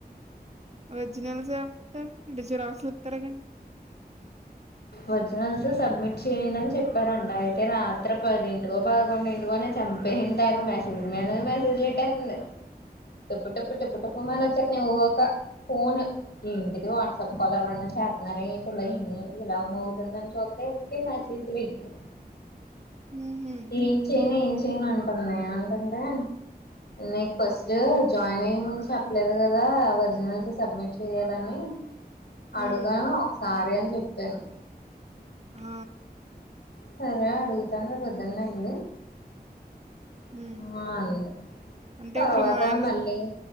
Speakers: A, on the right (about 40°); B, on the left (about 85°).
A: ఒరిజినల్స్ ఏవరితారు <unintelligible> జిరాక్స్లుతారు గానీ
B: ఒరిజినల్స్ సబ్మిట్ చేయండి చెప్పారంట అయితే రాత్రి పదింటికో పడుకోం <inaudible> చంపేయింది తేగ మెసేజ్ మీద మెసేజ్లు ట్టేసింది టప్పు టప్పు టప్పు టప్పు మని వచేస్తున్నాయ్ ఓ ఒక ఫోన్ ఏంటిది వాట్సాప్ కాల్ ఎవరన్నా చేతున్నారా ఏంటి ని ఇలా మోగుతుందని చుస్తే ఇంతకి నా చేతులో ఎ
A: ఉహు
B: ఏం చేయను ఏం చేయను అంటుంది అంటుంటే నీకు ఫస్ట్ జాయిన్ అయ్యే ముందు చెప్పలేదు కదా ఒరిజినల్స్ సబ్మిట్ చేయ్యాలని అడుగా
A: ఉ
B: ఒకసారి అని చెప్పాను
A: ఆ
B: సరే అడుగుతాను <unintelligible> <unintelligible>
A: ఉ అంటే
B: తర్వాత
A: ఇప్పుడు మాన
B: మళ్ళీ